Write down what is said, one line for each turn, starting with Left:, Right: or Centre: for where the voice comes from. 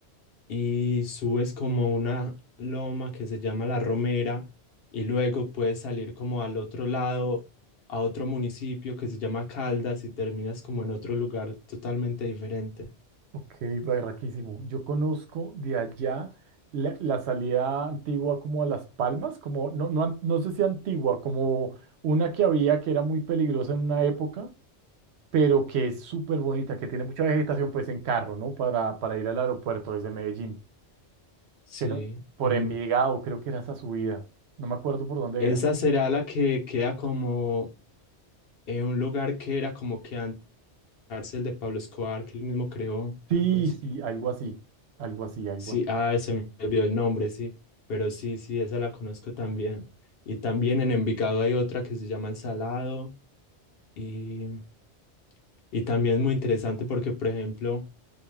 Left: y subes como una loma que se llama La Romera, y luego puedes salir como al otro lado, a otro municipio que se llama Caldas, y terminas como en otro lugar totalmente diferente.
Right: Ok, barraquísimo. Yo conozco de allá la, la salida antigua como a Las Palmas, como no, no, an- no sé si antigua, como una que había que era muy peligrosa en una época pero que es súper bonita, que tiene mucha vegetación, pues en carro, ¿no? Para, para ir al aeropuerto desde Medellín,
Left: Sí,
Right: que no, por
Left: mm,
Right: Envigado, creo que era esa subida, no me acuerdo por dónde
Left: Esa
Right: era.
Left: será la que queda como en un lugar que era como que antes cárcel de Pablo Escobar, que él mismo creó,
Right: Sí,
Left: algo así.
Right: sí, algo así, algo así, algo
Left: Sí,
Right: así.
Left: ah, se me olvidó el nombre, sí, pero sí, sí, esa la conozco también. Y también en Envigado hay otra que se llama El Salado y, y también es muy interesante porque, por ejemplo,